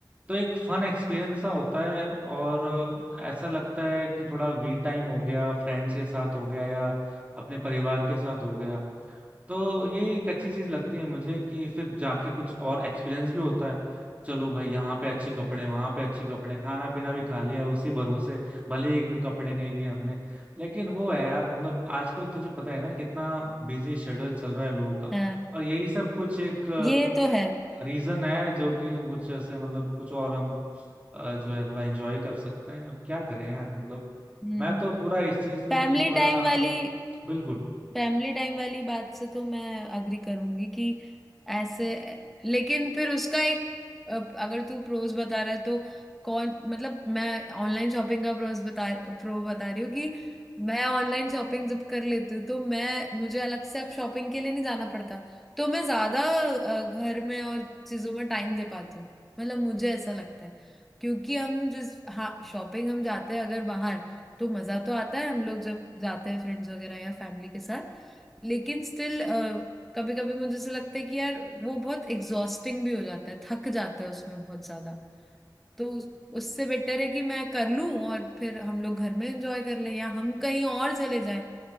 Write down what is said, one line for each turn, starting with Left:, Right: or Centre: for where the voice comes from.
Right: तो एक फन एक्सपीरियंस सा होता है और ऐसा लगता है कि थोड़ा वी टाइम हो गया फ्रेंड्स के साथ हो गया या अपने परिवार के साथ हो गया तो ये एक अच्छी चीज लगती है मुझे कि फिर जाके कुछ और एक्सपीरियंस भी होता है चलो भाई यहाँ पे अच्छे कपड़े वहां पे अच्छे कपड़े खाना पीना भी खा लिया उसी भरोसे भले ही एक भी कपड़े नहीं लिए हमने लेकिन वो है यार मतलब आजकल तुझे पता है ना कितना बिजी शेड्यूल चल रहा है लोगों का
Centre: अ,
Right: और यही सब कुछ एक
Centre: ये तो है
Right: रीजन है जो कि कुछ ऐसे मतलब कुछ और हम अ, जो है थोड़ा एंजॉय कर सकते हैं अब क्या करें यार मतलब
Centre: हम्म
Right: मैं तो पूरा इस चीज में
Centre: फैमिली
Right: ही थोड़ा
Centre: टाइम वाली
Right: बिल्कुल
Centre: फैमिली टाइम वाली बात से तो मैं अग्री करूंगी कि ऐसे लेकिन फिर उसका एक अब अगर तू प्रोज बता रहा है तो कौन मतलब मैं ऑनलाइन शॉपिंग का प्रोज बता प्रो बता रही हूँ कि मैं ऑनलाइन शॉपिंग जब कर लेती हूँ तो मैं मुझे अलग से अब शॉपिंग के लिए नहीं जाना पड़ता तो मैं ज्यादा अ, घर में और चीजों में टाइम दे पाती हूँ मतलब मुझे ऐसा लगता है क्योंकि हम जिस हाँ शॉपिंग हम जाते हैं अगर बाहर तो मजा तो आता है हम लोग जब जाते हैं फ्रेंड्स वगैरह या फैमिली के साथ लेकिन स्टिल कभी कभी मुझे ऐसा लगता है कि यार वो बहुत एग्जॉस्टिंग भी हो जाता है थक जाता है उसमें बहुत ज्यादा तो उस- उससे बेटर है कि मैं कर लूं और फिर हम लोग घर में एंजॉय कर लें या हम कहीं और चले जाएं